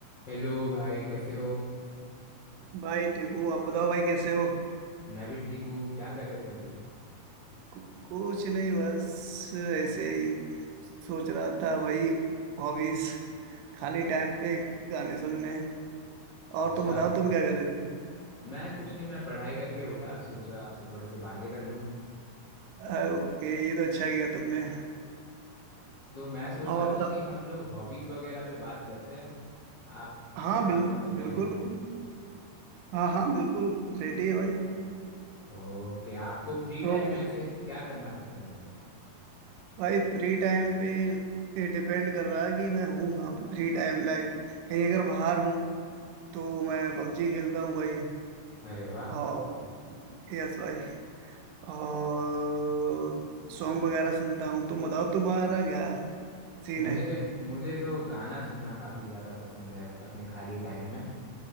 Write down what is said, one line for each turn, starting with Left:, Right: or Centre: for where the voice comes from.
Left: Hello भाई कैसे हो
Right: भाई ठीक हूँ आप बताओ भाई कैसे हो
Left: मैं भी ठीक हूँ क्या कर रहे थे अभी
Right: कु- कुछ नहीं बस ऐसे ही सोच रहा था भाई हॉबीज खाली टाइम पे गाने सुनने
Left: अच्छा
Right: और तुम बताओ तुम क्या कर रहे थे
Left: मैं कुछ नहीं मैं पढ़ाई करके उठा सोचा आपसे थोड़ी सी बातें कर लूँ
Right: आ, ओके ये तो अच्छा किया तुमने
Left: तो मैं सोच
Right: और
Left: रहा था
Right: बताओ
Left: कि हम लोग हॉबीज़ वगैरह पे बात करते हैं आप
Right: हाँ
Left: आपका
Right: बिल,
Left: क्या कहना
Right: बिल्कुल
Left: है
Right: भाई हाँ हाँ बिल्कुल रेडी है भाई
Left: ओके आपको फ्री
Right: तो
Left: टाइम में ऐसे क्या करना पसंद है
Right: भाई फ्री टाइम पे ये डिपेंड कर रहा है कि मैं हूँ कहाँ पे फ्री टाइम लाइक कहीं अगर बाहर हूँ तो मैं पबजी खेलता हूँ भाई
Left: अरे वाह
Right: और यस भाई और सॉन्ग वगैरह सुनता हूँ तुम बताओ तुम्हारा क्या सीन
Left: मुझे
Right: है
Left: मुझे तो गाना सुनना काफ़ी ज़्यादा पसंद है अपने खाली टाइम में